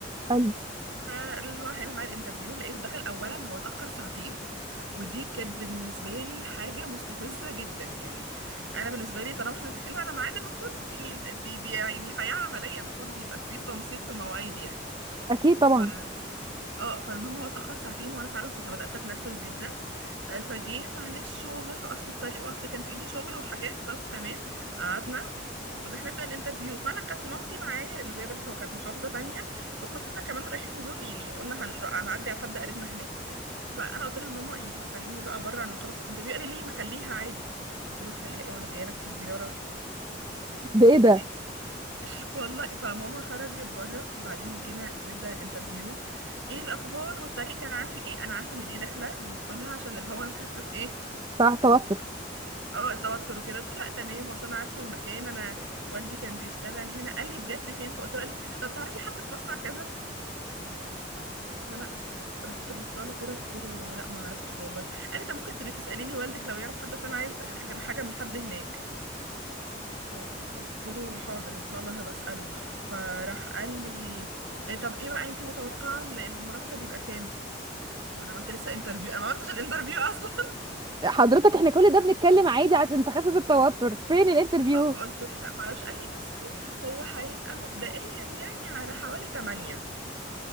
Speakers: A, on the right; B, on the right.
A: حلو.
B: فاللي هو هيعمل معايا الانترفيو لقيته دخل اولا هو اتاخر ساعتين ودي كانت بالنسبه لي حاجه مستفزه جدا يعني انا بالنسبه لي طالما احنا متفقين على ميعاد المفروض يعني دي دي يعني حياه عمليه المفروض يبقى في تنسيق في المواعيد يعني
A: اكيد طبعا
B: ف اه فالمهم هو اتاخر ساعتين وانا فعلا كنت بدات اتنرفز جدا آه، فجه معلش والله واصل الطريق واصل كان في ايدي شغل وحاجات طب تمام قعدنا يعني المفروض احنا نبدا الانترفيو فانا كانت مامتي معايا لان زي ما بقولك هو كانت محافظه تانية فكنا كمان رايحين نزور يعني قلنا هنر- هنعدي على حد قريبنا هناك فانا قلت لها ماما يعني استنيني بقى بره على ما اخلص الانترفيو قال لي ليه ما خليها عادي قلت له خليها ايه وانا جايه لك في الزياره
A: ده ايه ده
B: <laughs> والله فماما خرجت بره بعدين جينا نبدا الانترفيو ايه الاخبار والطريق كان عامل ايه انا عارفه ان دي داخله بندخلها عشان اللي هو نخفف ايه
A: بتاع توتر
B: اه التوتر وكده قلت له لا تمام واصل انا عارفه المكان انا والدي كان بيشتغل هنا قال لي بجد فين فقلت له قال لي طب تعرفي حد في مصنع كذا فانا رحت بصله كده قلت له لا ما اعرفش والله قال لي طب ممكن تبقي تسالي لي والدك لو يعرف حد اصل انا عايز حاجه حاجه من حد هناك فقلت له حاضر ان شاء الله هبقى اساله فراح قال لي إيه طب ايه بقى انت متوقعه المرتب يبقى كام طب انا عملت لسه انترفيو انا ما عملتش الانترفيو اصلا
A: حضرتك احنا كل ده بنتكلم عادي عشان تخفف التوتر فين الانترفيو
B: <laughs> فقلت له لا ما اعرفش قال لي بصي هو هيبقى مبدئيا يعني على حوالي 8